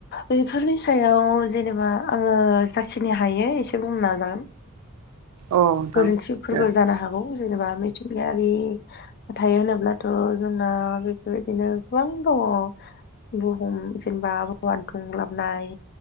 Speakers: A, on the left; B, on the right.
A: बेफोरनि सायाव जेनेबा आंङो जाखिनि हायो एसे बुंनो नाजागोन।
B: औ नोंथां
A: गोरोन्थि फोरबो
B: दे।
A: जानो हागौ जेनेबा मिथिंगायारि थायो होनोब्लाथ' जोंना बेफोरबायदिनो गोबां दंङ। बुहुम जेनेबा आबहावा दुंग्लाबनाय